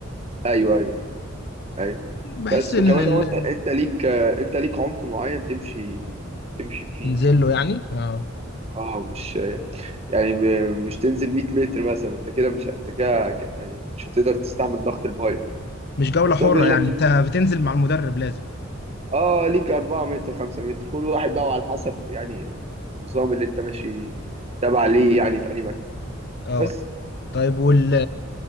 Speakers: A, on the right; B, on the left.
A: ايوه ايوه ايوه
B: بحس
A: بس
B: ان
A: وكمان
B: ال...
A: هو انت انت ليك انت ليك عمق معين تمشي تمشي فيه
B: ننزل
A: يعني
B: له يعني اه
A: اه مش يعني ب- مش تنزل 100 متر مثلا انت كده مش انت كده يعني مش هتقدر تستحمل ضغط المية
B: مش جولة
A: بس
B: حرة
A: هو بيقول
B: يعني
A: لك
B: انت بتنزل مع المدرب لازم
A: اه ليك 4 متر 5 متر كل واحد بقى على حسب يعني النظام اللي انت ماشي تابع ليه يعني في انهي مركب
B: اه
A: بس
B: طيب وال